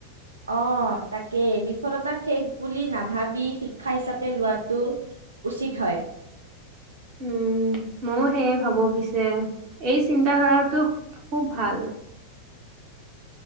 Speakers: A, on the right; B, on the right.
A: অ-তাকেই বিফলতাক শেষ বুলি নাভাবি শিক্ষা হিচাপে লোৱাটো উচিত হয়। <unintelligible>
B: উম ম'ও সেয়ে ভাৱো পিছে, এই চিন্তাধাৰাটো খুব ভাল।